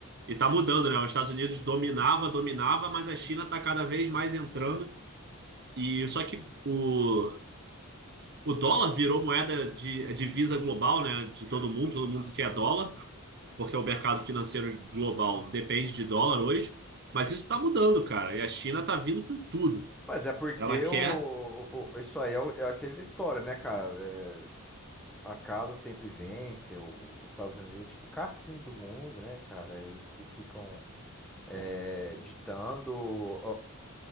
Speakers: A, on the right; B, in the centre.
A: E tá mudando, né? Os Estados Unidos dominava, dominava, mas a China tá cada vez mais entrando. E só que o, o dólar virou moeda de a divisa global, né? De todo mundo, todo mundo quer dólar. porque o mercado financeiro global depende de dólar hoje, mas isso está mudando, cara. E a China está vindo com tudo.
B: Mas é porque
A: Ela quer.
B: o, o- o- isso aí é, o- é aquela história, né, cara? É, a casa sempre vence, o- os Estados Unidos é tipo o cassino do mundo, né, cara? Eles que ficam é, ditando